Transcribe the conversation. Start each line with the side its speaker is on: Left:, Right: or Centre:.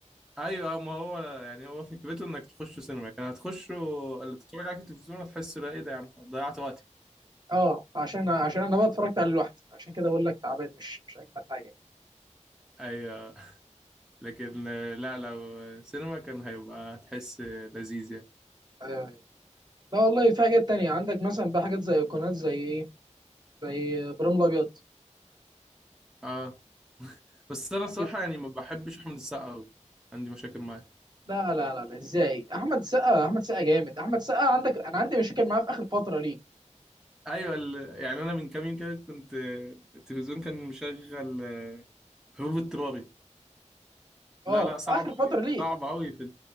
Centre: ايوه ما هو يعني هو فكرته انك تخش سينما كان هتخش اللي تتفرج عليه في التلفزيون هتحس لا ايه ده يا عم ضيعت وقتي
Right: اه عشان عشان انا بقى اتفرجت عليه لوحدي عشان كده بقول لك تعبان مش مش اجمد حاجه
Centre: ايوه لكن آه، لا لو سينما كان هيبقى هتحس لذيذ يعني
Right: آه. لا والله في حاجات تانية عندك مثلا بقى حاجات زي ايقونات زي ايه زي ابراهيم الابيض
Centre: اه بس انا الصراحه
Right: كده.
Centre: يعني ما بحبش احمد السقا أوي. عندي مشاكل معاه
Right: لا لا لا لا ازاي احمد سقا احمد سقا جامد احمد سقا عندك انا عندي مشاكل معاه في اخر فتره ليه
Centre: ايوه ال... يعني انا من كام يوم كده كنت آه، التلفزيون كان مشغل آه، هروب اضطراري لا
Right: اه
Centre: لا صعب
Right: اخر
Centre: قوي
Right: فتره ليه
Centre: صعب قوي في